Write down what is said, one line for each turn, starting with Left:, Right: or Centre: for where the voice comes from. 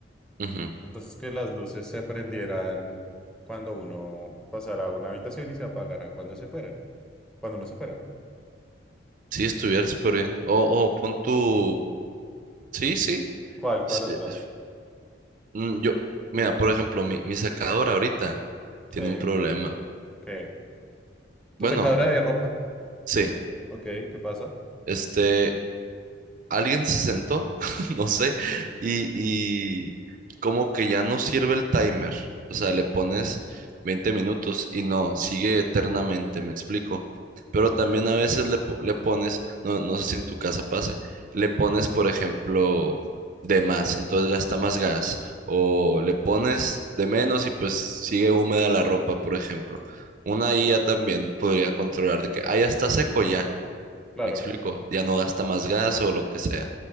Right: ujú.
Centre: Entonces que las luces se prendieran cuando uno pasara a una habitación y se apagaran cuando se fueran, cuando no se fuera.
Right: Sí, estuviera súper bien. O, o pon tu. Sí, sí.
Centre: ¿Cuál, cuál
Right: s-
Centre: otra?
Right: eh, f- mm, Yo, mira, por ejemplo, mi, mi secadora ahorita
Centre: Sí,
Right: tiene un problema.
Centre: ¿qué? ¿Tu
Right: Bueno,
Centre: secadora de ropa?
Right: sí.
Centre: Ok, ¿qué pasa?
Right: Este. alguien se sentó, <laughs> no sé, y, y como que ya no sirve el timer. O sea, le pones 20 minutos y no, sigue eternamente, me explico. Pero
Centre: Oye,
Right: también a veces le, po- le pones, no, no sé si en tu casa pase, le pones, por ejemplo, de más, entonces gasta más gas. O le pones de menos y pues sigue húmeda la ropa, por ejemplo. Una IA también podría controlar de que, ah, ya está seco ya.
Centre: claro,
Right: Me explico, ya no gasta más gas o lo que sea.